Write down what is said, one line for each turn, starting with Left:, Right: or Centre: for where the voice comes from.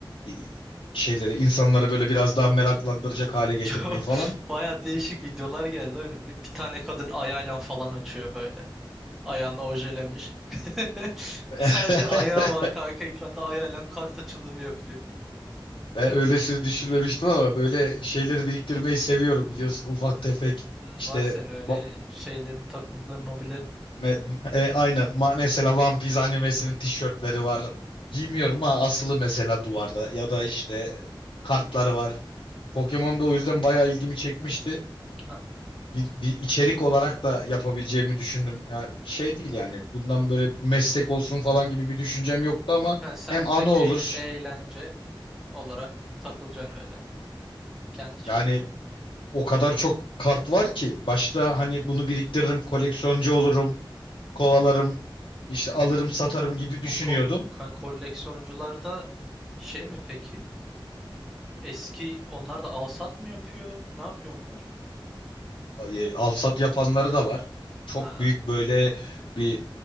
Left: i- şeyleri insanları böyle biraz daha meraklandıracak hale getirmeyi
Centre: Çok <laughs>
Left: falan.
Centre: baya değişik videolar geldi önüme. Bir tane kadın ayağıyla falan açıyor böyle. Ayağını ojelemiş. <laughs>
Left: <laughs>
Centre: Sadece ayağı var kanka ekranda ayağıyla kart açılımı yapıyor.
Left: Ben öylesini düşünmemiştim ama böyle şeyleri biriktirmeyi seviyorum biliyorsun. Ufak tefek
Centre: Hmm,
Left: işte
Centre: var senin öyle
Left: va-
Centre: şeylerin, takıntıların, hobilerin.
Left: me- e, aynen Ma- mesela One Piece animesinin tişörtleri var. Giymiyorum
Centre: Hı hı.
Left: ama asılı mesela duvarda ya da işte kartları var. Pokemon da o yüzden bayağı ilgimi çekmişti.
Centre: Aha.
Left: Bir, bir içerik olarak da yapabileceğimi düşündüm. Ya şey değil yani bundan böyle meslek olsun falan gibi bir düşüncem yoktu ama
Centre: Ha, sen
Left: hem anı
Centre: direkt
Left: olur.
Centre: eğ- eğlence olarak takılacaksın öyle. Kendi çapında.
Left: Yani o kadar çok kart var ki başta hani bunu biriktiririm, koleksiyoncu olurum, kovalarım, işte alırım, satarım gibi düşünüyordum.
Centre: Bu ko ko- koleksiyoncular da şey mi peki? Eski onlar da alsat mı yapıyor? Ne yapıyor onlar?
Left: Ay, Al sat yapanları da var. Çok
Centre: Ha.
Left: büyük böyle bir